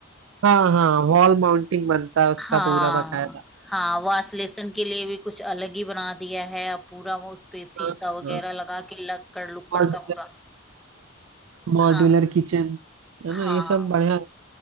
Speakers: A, on the right; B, in the centre.
A: हाँ हाँ वॉल माउंटिंग बनता है उसका
B: हाँ
A: पूरा बकायदा
B: हाँ वासलेशन के लिए भी कुछ अलग ही बना दिया है अब पूरा वो उस पे शीशा
A: हाँ
B: वगैरह
A: हाँ
B: लगा के लक्कड़ लुक्कड़
A: और
B: का पूरा
A: मॉड्यूलर
B: हाँ
A: किचन है
B: हाँ
A: ना ये सब बढ़िया है।